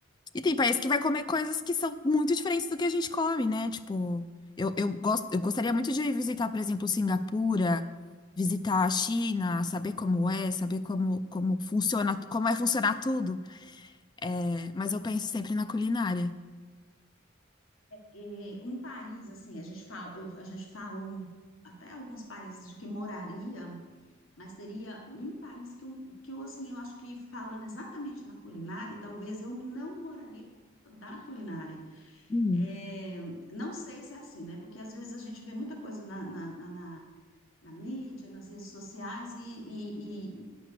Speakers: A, on the left; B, on the left.
A: E tem país que vai comer coisas que são muito diferentes do que a gente come, né? Tipo, eu, eu gosto, eu gostaria muito de visitar, por exemplo, Singapura, visitar a China, saber como é, saber como, como funciona, como é funcionar tudo. É, mas eu penso sempre na culinária.
B: é, um país assim, a gente fala, eu, a gente fala um- até alguns países de que moraria. Mas seria um país que eu, que eu, assim, eu acho que falando exatamente na culinária, talvez eu não moraria por conta da culinária.
A: Hum,
B: É, não sei se é assim, né? Porque às vezes a gente vê muita coisa na, na, na, na- na mídia, nas redes sociais, e,